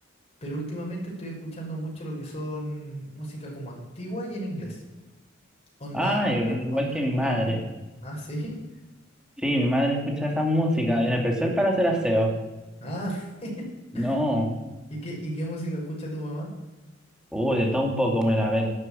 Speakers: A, on the left (about 30°); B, in the centre.
A: pero últimamente estoy escuchando mucho lo que son música como antigua y en inglés. Onda,
B: Ah, i- igual
A: onda
B: que mi
A: Queen.
B: madre.
A: Ah, sí.
B: Sí, mi madre escucha esa música, en especial para hacer aseo.
A: Ah, <laughs>
B: No,
A: ¿y qué, y qué música escucha tu mamá?
B: uy, de todo un poco, mira, a ver,